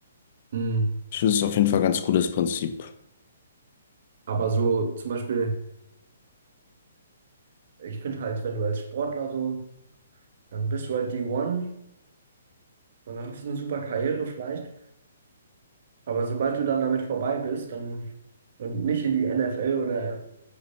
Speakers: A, on the right (about 55°); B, on the left (about 45°).
A: Mhm.
B: Ich finde es auf jeden Fall ein ganz cooles Prinzip.
A: Aber so zum Beispiel. Ich finde halt, wenn du als Sportler so, dann bist du halt D1 und dann hast du eine super Karriere vielleicht. Aber sobald du dann damit vorbei bist, dann und nicht in die NFL oder,